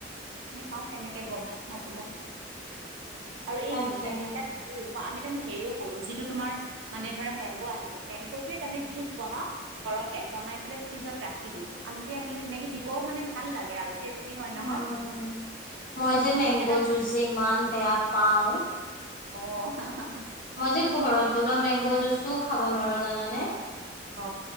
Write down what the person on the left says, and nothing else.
তাকে
উম মই যে মেংগ'
জুচ যে ইমান বেয়া পাওঁ।
মই যে ঘৰত বনোৱা মেংগ' জুচটোও খাব নোৱাৰো জানানে।